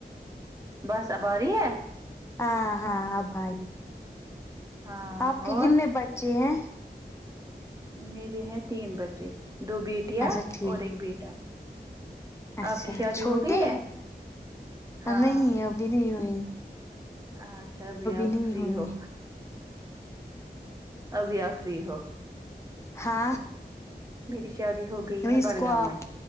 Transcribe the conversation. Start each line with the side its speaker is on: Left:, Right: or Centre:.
Right: بس اب اری ہے
Left: آ ہاں آب ائی
Right: ہاں
Left: آپ کے
Right: اور
Left: کتنے بچے ہیں
Right: میرے ہیں تین بچے دو بیٹیاں
Left: اچھا ٹھیک
Right: اور ایک بیٹا
Left: اچھا
Right: آپ کی شادی
Left: چھوٹے
Right: ہو گئی ہے ہاں
Left: نہیں ابھی نہیں ہوئی
Right: اچھا ابھی آپ
Left: نہیں
Right: فری
Left: ہوئی
Right: ہو ابھی آپ فری ہو
Left: ہاں
Right: میری شادی ہو گئی ہے
Left: اس
Right: بڑگام
Left: کو آپ
Right: میں